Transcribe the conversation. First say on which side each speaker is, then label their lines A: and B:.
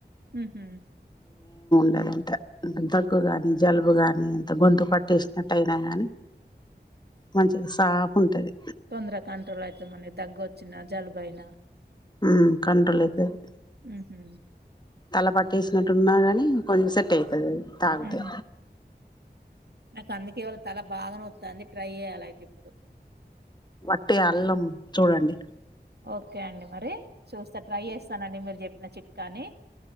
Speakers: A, on the right (about 65°); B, on the left (about 25°).
A: హ్ హ్
B: అ అంటే దగ్గు గాని జలుబు గాని కానీ ఎంత గొంతు పట్టేసినట్ట్టయినా గానీ మంచి గా సాఫ ఉంటది
A: తొందర కంట్రోల్ యితది మన దగ్గొచ్చ వచ్చిన జలుబైన
B: హ్ కంట్రోల్ ఐతాదీ
A: హుహు.
B: తల పట్టేసినట్టున్నా కానీ కొంచెం సెట్ అవుతది అది తాగుతే
A: ఉ అ అందుకే ఇవ్వాళ తల బాగా నోత్తంది ట్రై చేయాలే అయితే ఇప్పుడు
B: వట్టి అల్లం చూడండి
A: ఓకే అండి మరి చూస్తా ట్రై చేస్తానండి మీరు చెప్పి నా చిట్కాని